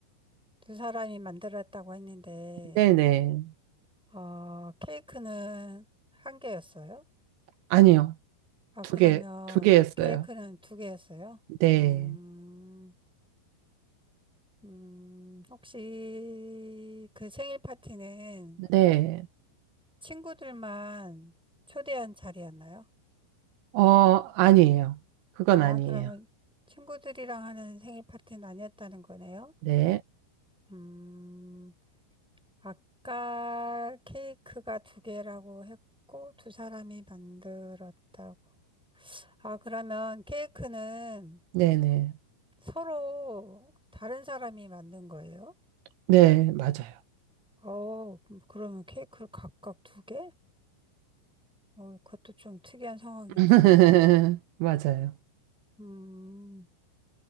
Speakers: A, in the centre; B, on the right.
A: 두 사람이 만들었다고 했는데,
B: 네네.
A: 어, 케이크는 한 개였어요?
B: 아니요.
A: 아,
B: 두
A: 그러면
B: 개, 두 개였어요.
A: 케이크는 두 개였어요?
B: 네.
A: 음, 음, 혹시 그 생일 파티는
B: 네.
A: 친구들만 초대한 자리였나요?
B: 어, 아니에요. 그건
A: 아,
B: 아니에요.
A: 그러면 친구들이랑 하는 생일 파티는 아니었다는 거네요?
B: 네.
A: 음, 아까 케이크가 두 개라고 했고, 두 사람이 만들었다고. 아, 그러면 케이크는
B: 네네.
A: 서로 다른 사람이 만든 거예요?
B: 네, 맞아요.
A: 어, 그럼- 그러면 케이크를 각각 두 개? 어, 그것도 좀 특이한 상황이긴
B: <laughs>
A: 하네요.
B: 맞아요.
A: 음,